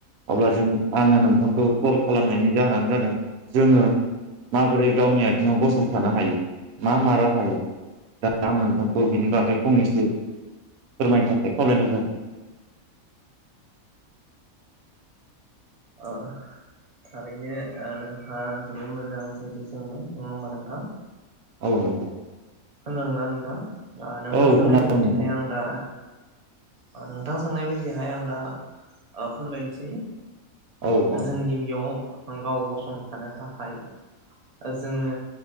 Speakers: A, on the right; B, on the right.
A: अब्ला जों आङो नोंथांखौ कल खालामनायनि जाहोनानो जादों जोङो आंओ नोंथांखौ कल खालामनायनि जाहोनानो जादों जोंओ माबोरै गावनि आथिङाव गसंथानो हायो मा मा राहायै दा आं नोंथांखौ बिनि बागै फंनैसो फोरमायनो थाखाय खावलायनाय जाबाय
B: ओ थारैनो ओ नोंथाङा जोबोद मोजां सोंथि सोंदोंं नङा होमबा नोंथां
A: औ नंगौ
B: खोनादों ना नोंथां नोंथां
A: औ
B: सोंनाय
A: खोनादों
B: बायदिहाय
A: नोंथां
B: आं दा ओ नोंथां सोंनाय बायदिहाय आं दा ओ फोरमायनोसै
A: औ औ
B: जों गिबियाव गाव गसंथानो थाखाय जोङो